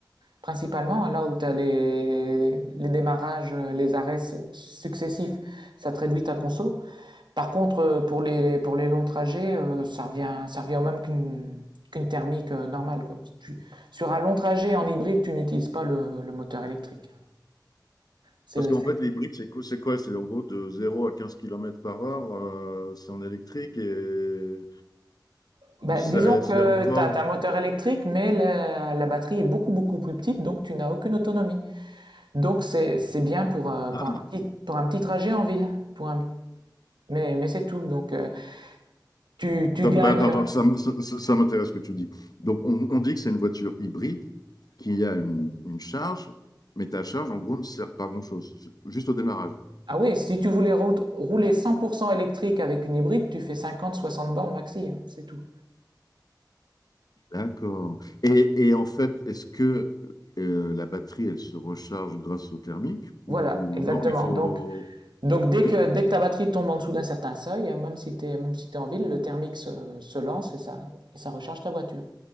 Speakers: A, on the right; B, on the left.
A: Principalement, hein, là où tu as les, les démarrages, euh, les arrêts su- successifs, ça te réduit ta conso. Par contre, euh, pour les, pour les longs trajets, euh, ça revient, ça revient au même qu'une qu'une thermique euh, normale, quoi. Tu- sur un long trajet en hybride, tu n'utilises pas le, le moteur électrique. C'est,
B: Parce qu'en
A: c'est-
B: fait, l'hybride, c'est quoi? C'est quoi C'est en gros de zéro à 15 kilomètres par heure, euh, c'est en électrique et, ou
A: bah,
B: ça,
A: disons que
B: c'est encore.
A: tu as, un moteur électrique, mais la, la batterie est beaucoup, beaucoup plus petite, donc tu n'as aucune autonomie. Donc c'est, c'est bien pour, euh,
B: Hein
A: pour un petit, pour un petit trajet en ville, pour un, mais, mais c'est tout. Donc, euh, Tu, tu
B: Donc,
A: gagnes.
B: bah, attends, attends,
A: Voilà.
B: ça, me- ça- ça- ça m'intéresse ce que tu dis. Donc, on, on dit que c'est une voiture hybride qui a une, une charge, mais ta charge, en gros, ne sert pas à grand-chose, juste au démarrage.
A: Ah oui, si tu voulais route- rouler 100% électrique avec une hybride, tu fais 50-60 bornes maxi, hein, c'est tout.
B: D'accord. Et, et en fait, est-ce que euh, la batterie, elle se recharge grâce au thermique
A: Voilà,
B: ou
A: exactement.
B: non, il faut...
A: Donc, donc dès
B: Oui.
A: que, dès que ta batterie tombe en dessous d'un certain seuil, hein, même si tu es, même si tu es en ville, le thermique se, se lance et ça, et ça recharge ta voiture.